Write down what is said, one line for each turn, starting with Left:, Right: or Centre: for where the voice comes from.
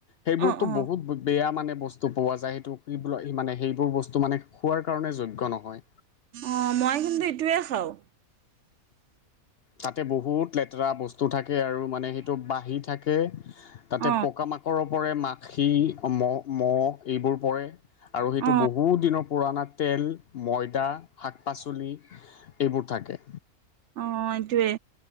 Left: সেইবোৰতো
Right: অ অ
Left: বহুত বেয়া মানে বস্তু পোৱা যায়, সেইটো কি বো মানে সেইবোৰ বস্তু মানে খোৱাৰ কাৰণে যোগ্য নহয়।
Right: অ মই কিন্তু এইটোৱে খাওঁ।
Left: তাতে বহুত লেতেৰা বস্তু থাকে আৰু মানে সেইটো বাঢ়ি থা কে তাতে
Right: অ
Left: পকা মাকৰৰ পৰে মাখি মহ মহ এইবোৰ পৰে। আৰু সেইটো
Right: অ
Left: বহুত দিনৰ পুৰণা তেল, ময়ডা, শাক পাচলি এইবোৰ থাকে।
Right: অ এইটোয়ে,